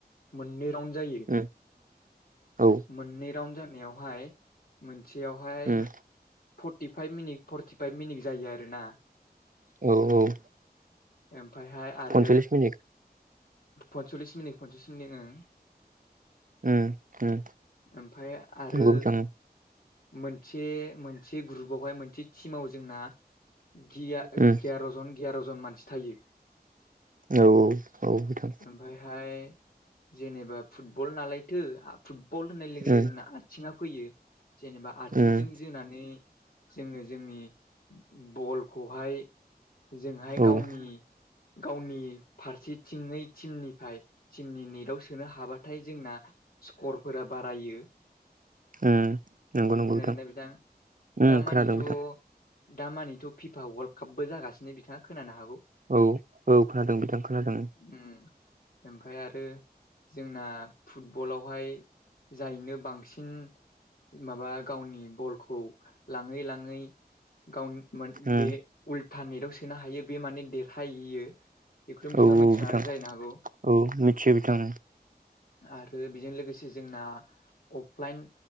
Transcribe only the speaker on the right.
उम औ
उम
औ औ
पनसल्लिस मिनिट
उम उम
नंगौ बिथां
उम
औ औ औ बिथां।
उम
उम
औ उम
उम नंगौ नंगौ
उम
खोनादों बिथां
औ औ खोनादों ओं खोनादों
औ
औ
बिथां
औ मिथियो बिथां